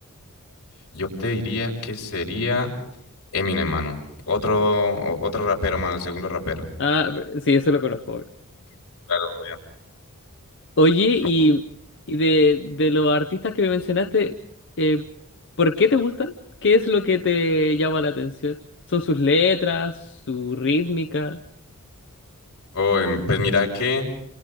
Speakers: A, on the left; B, on the left.
A: yo te diría que sería Eminem, mano. Otro, o- otro rapero, mano, el segundo rapero.
B: Ah, sí, eso lo conozco.
A: Claro, obvio.
B: Oye,
A: Co-
B: y, y de, de los artistas que me mencionaste, eh, ¿por qué te gustan? ¿Qué es lo que te llama la atención? ¿Son sus letras, su rítmica?
A: Oh, em, pues mira que,